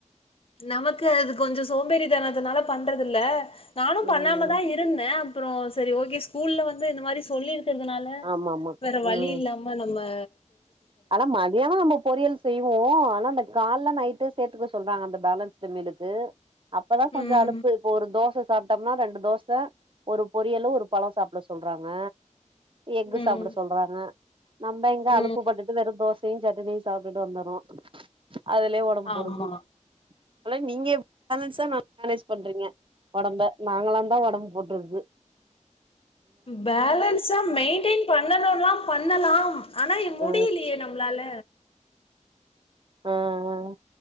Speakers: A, on the left; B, on the right.
A: நமக்கு அது கொஞ்சோ சோம்பேறி தானதுனால பண்றது இல்ல நானு பண்ணாமதா
B: ம்
A: இருந்தே அப்புறோ சேரி ஓகே ஸ்கூல்ல வந்து இந்த மாரி சொல்லிருக் க்கிறதுனால
B: ஆமா ஆமா
A: வேற வழி
B: ம்
A: இல்லாம நம்மா
B: ஆனா மதியானோ நம்ம பொரியல் செய்வோ ஆனா அந்த கால்ல நைட்டு சேத்துக்க சொ சொல்றாங்க அந்த பேலன்ஸ்டு மலுக்கு அப்பதா கொஞ்சோ
A: ம்
B: அலுப்பு இப்போ ஒரு தோச சாப்பிட்டோம்னா ரெண்டு தோச ஒரு பொரியலு ஒரு பழோ சாப்புட சொல்றாங்க எஃகு
A: ம்
B: சாப்புட சொல்றாங்க நம்ம எங்க
A: ம்
B: அலுப்புப்பட்டு தோசையு சட்னியு சாப்ட்டே வந்துட்ரோ அதுலயே உடம்பு
A: ஆமா
B: போடுது அதன நீங்க பேலன்ஸா மேனேஜ் பண்றீங்க உடம்ப நாங்களா தா ஒடம்பு போட்டுட்து
A: பேலன்ஸ மெயின்டென் பண்ணனுன்னா பண்ணல ஆனா முடியிலையே
B: ஆ
A: நம்ம நம்மளால
B: ஆஹ்